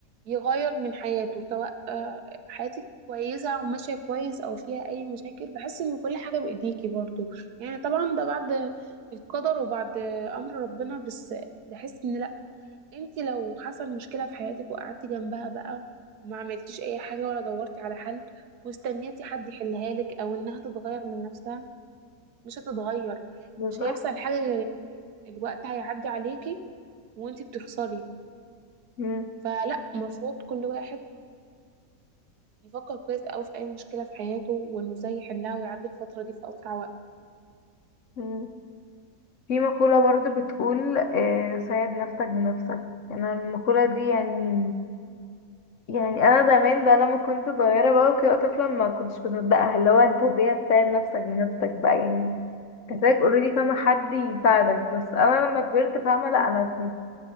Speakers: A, on the right; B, on the left.
A: يغير من حياته سواء آه، حياتك كويسة أو ماشية كويس أو فيها أي مشاكل بحس إن كل حاجة بإيديكي برضو يعني طبعا ده بعد القدر وبعد أمر ربنا بس بحس إن لأ أنت لو حصل مشكلة في حياتك وقعدتي جنبها بقى وما عملتيش أي حاجة ولا دورتي على حل واستنيتي حد يحلها لك أو إنها تتغير من نفسها مش هتتغير
B: بالظبط
A: مش هيحصل حاجة غير الوقت هيعدي عليكي وانتي بتخسري
B: مم،
A: فلا المفروض كل واحد يفكر كويس أوي في أي مشكلة في حياته وإنه إزاي يحلها ويعدي الفترة دي في أسرع وقت
B: مم. في مقوله برضو بتقول آه، ساعد نفسك بنفسك انا المقوله دي يعني يعني انا زمان بقى لما كنت صغيره بقى وكده طفله ما كنتش بصدقها اللي هو انت ازاي هتساعد نفسك بنفسك بقى يعني كذلك اوريدي فاهمه حد يساعدك بس انا لما كبرت فاهمه لا انا